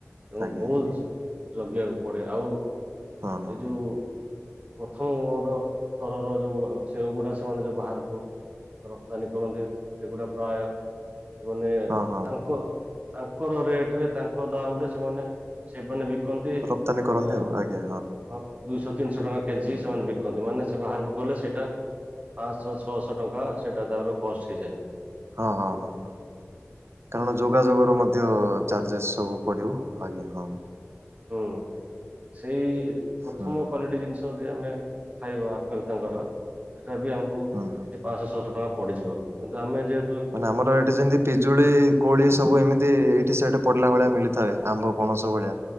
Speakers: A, on the right; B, on the right.
A: ତେଣୁ
B: ଆଜ୍ଞା
A: ବହୁତ୍
B: ଆଜ୍ଞା
A: ଜଗିବାକୁ ପଡେ। ଆଉ
B: ହଁ ହଁ
A: ଏ ଯୋଉ ପ୍ରଥମ ମର ସ୍ତରର ଯୋଉ ସେଓଗୁଡା ସେମାନେ ଯୋଉ ବାହାରକୁ ରପ୍ତାନୀ କରନ୍ତି ସେଗୁଡା ପ୍ରାୟ। ସେମାନେ
B: ହଁ ହଁ ହଁ
A: ତାଙ୍କ ତାଙ୍କର ରେଟ୍ ରେ ତାଙ୍କ ଦାମ୍ ରେ ସେମାନେ ସେମାନେ ବିକନ୍ତି ଏ
B: ରପ୍ତାନୀ କରନ୍ତି ଆଉ ଆଜ୍ଞା
A: ହଁ। ଦୁଇଶହ ତିନିଶହ ଟଙ୍କା କେଜି
B: ହଁ
A: ସେମାନେ
B: ହଁ।
A: ବିକନ୍ତି ମାନେ ସେ ବାହାରକୁ ଗଲେ ସେଇଟା ପାଆଁଶହ ଛଅଶହ ଟଙ୍କା ସେଇଟା ତାର କଷ୍ଟ୍ ହେଇଯାଏ।
B: ହଁ, ହଁ,
A: ହୁଁ,
B: ହଁ, ହଁ କାରଣ ଯୋଗାଯୋଗର ମଧ୍ୟ।
A: ଆଉ
B: ଚାର୍ଜେସ୍ ସବୁ ପଡ଼ିବ ଆଜ୍ଞା ହଁ।
A: ହୁଁ, ସେଇ ପ୍ରଥମ
B: ହୁଁ
A: କ୍ଵାଲିଟି ଜିନିଷ। ଯଦି ଆମେ ଖାଇବା ଆପେଲ୍, ତାଙ୍କର ସେଇଟା ବି ଆମକୁ
B: ହୁଁ।
A: କେ ପାଅଁଶଛଅଶହ ଟଙ୍କା ପଡିଯିବ କିନ୍ତୁ ଆମେ ଯେହେ
B: ମାନେ ଆମର ଏଇଠି ଯେମିତି ପିଜୁଳି କୋଳି ସବୁ ଏମିତି ଏଇଠି ସେଇଠି ପଡିଲା ଭଳିଆ ମିଳିଥାଏ ଆମ୍ବ, ପଣସ ଭଳିଆ।